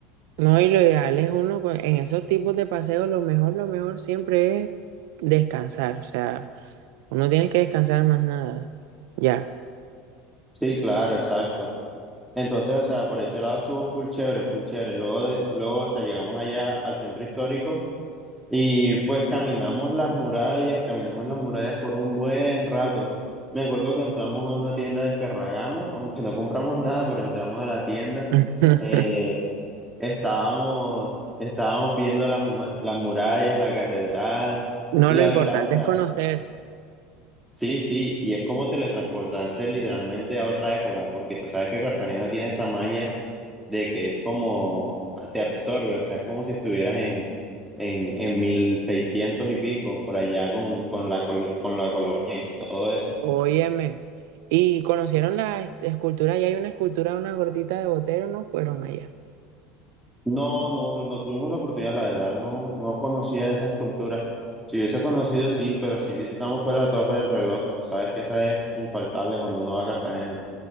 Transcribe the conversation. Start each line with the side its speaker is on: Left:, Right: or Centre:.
Right: No, y lo ideal es uno co- en esos tipos de paseos, lo mejor, lo mejor siempre es descansar. O sea, uno tiene que descansar más nada. Ya.
Centre: Sí, claro, exacto. Entonces, o sea, por ese lado estuvo full chévere, full chévere. Luego de, luego, o sea, llegamos allá al centro histórico Y pues caminamos las murallas, caminamos las murallas por un buen rato. Me acuerdo que entramos a una tienda de Ferragamo, aunque no compramos nada, pero entramos a la tienda.
Right: <laughs>
Centre: Eh, estábamos, estábamos viendo las, mu- las murallas, la catedral,
Right: No,
Centre: y
Right: lo
Centre: la
Right: importante
Centre: verdad, o
Right: es
Centre: sea,
Right: conocer.
Centre: sí, sí, y es como teletransportarse literalmente a otra época, porque tú sabes que Cartagena tiene esa magia de que es como te absorbe, o sea, es como si estuvieras en, en, en 1600 y pico, por allá con, con la, colo- con la colonia y todo eso.
Right: Óyeme. Y conocieron la es- escultura, y hay una escultura de una gordita de Botero, ¿no fueron allá?
Centre: No, no, no tuvimos la oportunidad, la verdad, no, no conocía esas culturas. Si hubiese conocido, sí, pero si visitamos fue la Torre del Reloj, tú sabes que esa es infaltable cuando uno va a Cartagena.